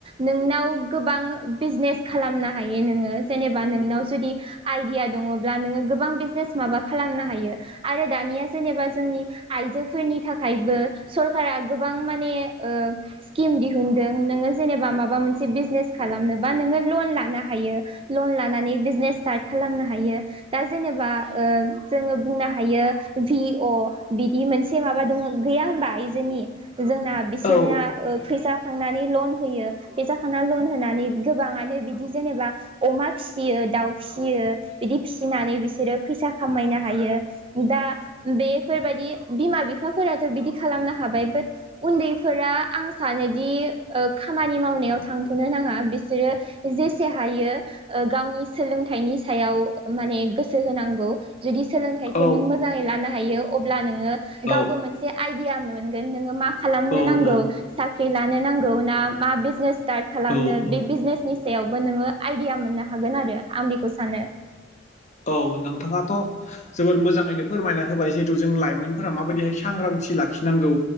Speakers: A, on the right; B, on the left.
A: नोंनाव गोबां बिजनेस खालामनो हायो नोङो जेनेबा नोंनाव जुदि आइडिया दङब्ला नोङो गोबां बिजनेस माबा खालामनो हायो। आरो दानिया जेनेबा जोंनि आइजोफोरनि थाखायबो सरकारा गोबां माने स्किम दिहुनदों नोङो जेनेबा माबा मोनसे बिजनेस खालामनोबा नोङो लन लानो हायो लन लानानै बिजनेस स्टार्ट खालामनो हायो। दा जेनेबा ओ जोङो बुंनो हायो भि अ बिदि मोनसे एसे माबा दङ गैया होनबा आइजोनि जोंना बिसोरना
B: औ
A: ओ फैसााखांनानै लन होयो फैसााखांना लन होनानै गोबाङानो बिदि जेनेबा अमा फियो दाउ फिसियो बिदि फिसिनानै बिसोरो फैसा खामायनो हायो। दा बेफोरबायदि बिमा बिफाफोराथ' बिदि खालामनो हाबाय। बाट उन्दैफोरा आं सानोदि खामानि मावनायाव थां थ'नो नाङा बिसोरो जेसे हायो गावनि सोलोंथाइनि सायाव माने गोसो होनांगौ। जुदि सोलोंथाइखौ
B: औ
A: नों मोजाङै लानो हायो अब्ला नोङो गावबो
B: औ
A: मोनसे आइडिया सोंगोनो मा खालामनो
B: औ औ
A: नांगौ साख्रि लानो नांगौ ना मा बिजिनेस खालामनो
B: औ औ
A: बे बिजनेसनि सायावबो नोङो आइडिया मोननो हागोन आरो आं बेखौ सानो।
B: औ नोंथाङाथ' जोबोर मोजाङैनो फोरमायना होबाय जिहेतु जों लाइमोनफोरा माबायदिहाय सांग्रांथि लाखिनांगौ।